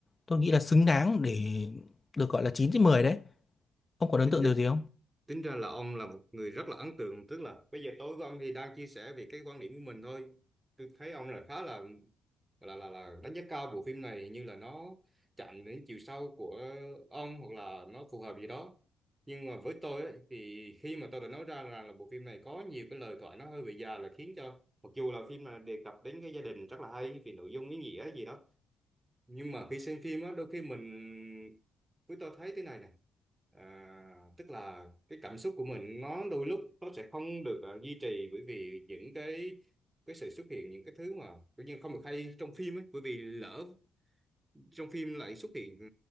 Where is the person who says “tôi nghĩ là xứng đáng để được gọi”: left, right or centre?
Left